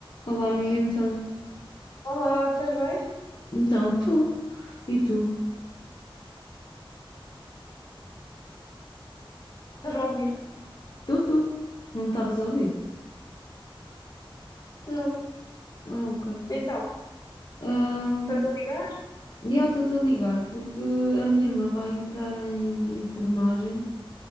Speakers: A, on the left; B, on the left.
A: Olá, amiga, então.
B: Olá, estás bem?
A: Então, tu. E tu?
B: Estás-me a ouvir?
A: Tu, tu. Não me estavas a ouvir?
B: Não.
A: Ah, ok.
B: Então,
A: Ahm,
B: estás a ligar?
A: Já estou-te a ligar porque a minha irmã vai entrar em enfermagem